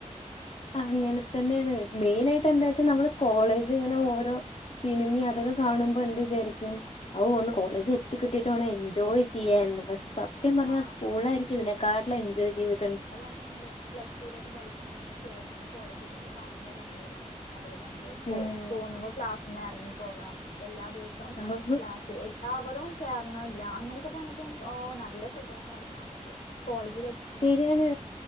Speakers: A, on the left; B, on the left.
A: ആ അങ്ങനെ തന്നെയാണ് മെയിനായിയിട്ട്ന്താ വെച്ചാൽ നമ്മള് കോളേജ് ഇങ്ങനെ ഓരോ സിനിമയും അതൊക്കെ കാണുമ്പോൾ എാ ഒന്ന് കോളേജ എത്തിക്കിട്ടിട്ട് എൻജോയ് ചെയ്യന്ന് പക്ഷെ സത്യംഞ്ഞൽ
B: ആ
A: സ്കൂള ആായിരിക്കും ഇതിനെക്കാിലെ എൻജോയ് ചെയ്തി്
B: അതാണ് ഞങ്ങള് പ്ലസ് ടുവൊക്കെ പഠിക്കുമ്പോ ഞങ്ങളെ സർ ഇങ്ങനെ കോളേജിനെ കുറിച്ച് ഭയങ്കരിലൊക്കെ അതായത് നമുക്ക് പോ
A: ഉം
B: തോന്നുമ്പോ ക്ലാസ്സി നിന്ന് ഇറങ്ങി പോകാം എല്ലാ ദിവസവും
A: അഹ്
B: ക്ലാസ് അവരും കേറണില്ല അങ്ങനെയൊക്കെ പറഞ്ഞപ്പോ നല്ല സുഖകാരം എന്ന് പറഞ്ഞിട്ട് കോളേജ
A: ശരിയാണ്